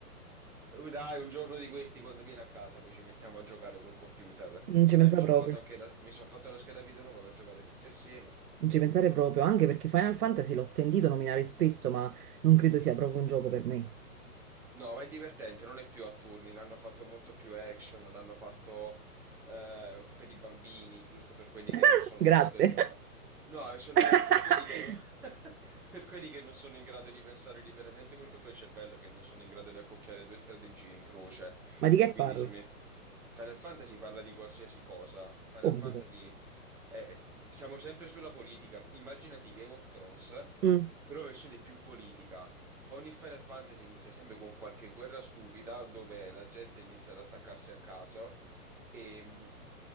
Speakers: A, in the centre; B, on the right (about 85°).
A: Uh, Dai, un giorno di questi, quando vieni a casa, poi ci mettiamo a giocare col computer.
B: Non ci
A: Dai,
B: pensa
A: mi sono
B: proprio.
A: fatto anche la, mi son fatto la scheda video nuova per giocare tutti assieme.
B: Non ci pensare proprio, anche perché Final Fantasy l'ho sentito nominare spesso, ma non credo sia proprio un gioco per me.
A: No, ma è divertente, non è più a turni, l'hanno fatto molto più action, l'hanno fatto eh, per i bambini, giusto per quelli
B: <laughs>
A: che non sono
B: Grazie.
A: in grado di... No, sono
B: <laughs>
A: per quelli che non... <laughs> per quelli che non sono in grado di pensare liberamente col proprio cervello, che non sono in grado di accocchiare due strategie in croce
B: Ma di
A: e
B: che
A: quindi
B: parla?
A: si mette... Final Fantasy parla di qualsiasi cosa, Final
B: Come
A: Fantasy...
B: di che?
A: eh, siamo sempre sulla politica, immaginati Game of Thrones,
B: Mm.
A: però versione più politica. Ogni Final Fantasy inizia sempre con qualche guerra stupida dove la gente inizia ad attaccarsi a caso e, mh,